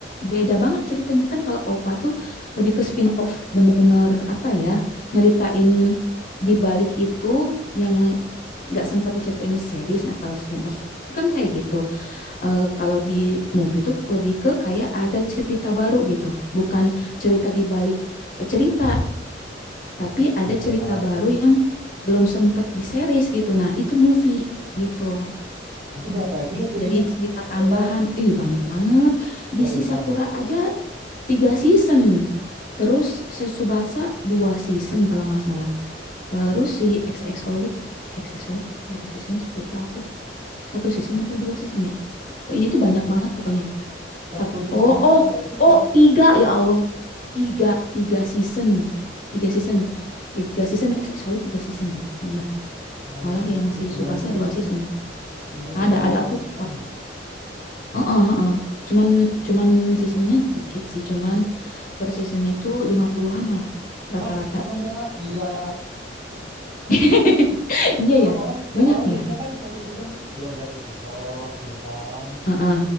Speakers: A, on the left; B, on the right.
A: Beda banget ceritanya kan kalau Ova tuh lebih ke spin-off bener-bener apa ya, nyeritain di balik itu yang nggak sempat diceritain di series. Nah kalau spin-off kan kayak gitu. Eh, kalau di movie tuh lebih ke kayak ada cerita baru gitu. Bukan cerita di balik eh, cerita, tapi ada
B: Ya,
A: cerita
B: apa apa
A: baru yang belum sempat di series gitu. Nah itu movie gitu.
B: Itu berapa episode
A: Jadi
B: jadinya?
A: cerita tambahan,
B: Total
A: ih banyak banget. Di
B: ratusan.
A: Sisakura aja tiga season. Terus Tsubasa dua season kalau nggak salah. Terus si XX Holic, XX Holic berapa season sih? Lupa aku. Satu season apa dua season ya? Pokoknya itu banyak banget pokoknya.
B: Satu
A: Sat-
B: seasonnya
A: oh, oh,
B: berapa episode?
A: oh, tiga ya Allah. Tiga, tiga season. Tiga season. Tiga season, XX Holic tiga season tuh. Bener.
B: Ah,
A: Malah
B: berarti
A: yang
B: itu
A: si
B: semuanya
A: Tsubasa dua season.
B: semuanya
A: Ada,
B: berarti 8
A: ada aku
B: season.
A: Heeh, heeh. Cuman cuman seasonnya dikit sih, cuman per seasonnya tuh 50-an lah rata-rata.
B: Hah, banyak gila.
A: <laughs> Iya
B: Orang-orang
A: ya, banyak
B: orang-orang biasanya
A: ya.
B: kan satu season kan 12 episode gitu kan.
A: Heeh.